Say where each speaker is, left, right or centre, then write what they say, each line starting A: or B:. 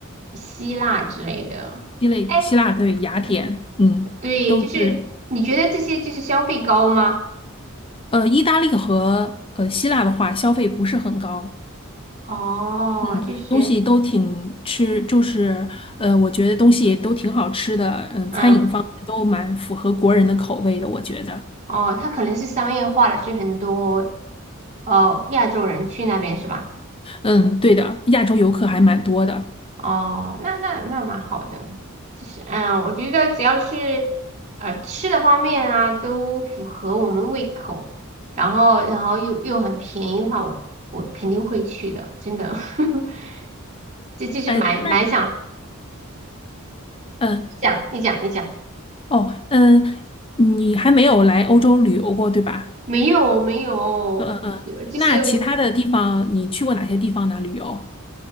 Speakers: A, on the right (about 35°); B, on the left (about 25°).
A: 希腊之类的。
B: 希腊希腊对雅典，
A: 哎，
B: 嗯，
A: 对，
B: 都是，
A: 就是你觉得这些就是消费高吗？
B: 呃，意大利和呃希腊的话，消费不是很高，
A: 哦，
B: 嗯，
A: 就是。
B: 东西都挺吃，就是呃，我觉得东西也都挺好吃的，嗯，
A: 嗯，
B: 餐饮方面都蛮符合国人的口味的，我觉得，
A: 哦，它可能是商业化了，是很多哦亚洲人去那边是吧？
B: 嗯，对的，亚洲游客还蛮多的。
A: 哦，那那那蛮好的。其实，嗯，我觉得只要是呃吃的方面啊，都符合我们胃口，然后然后又又很便宜的话，我我肯定会去的，真的。<laughs> 这就是蛮蛮想，
B: 嗯，那嗯，呃
A: 你讲，你讲，你讲，
B: 哦，嗯，你还没有来欧洲旅游过，对吧？
A: 没有没有，
B: 嗯嗯嗯。
A: 就是
B: 那其他的地方你去过哪些地方呢？旅游？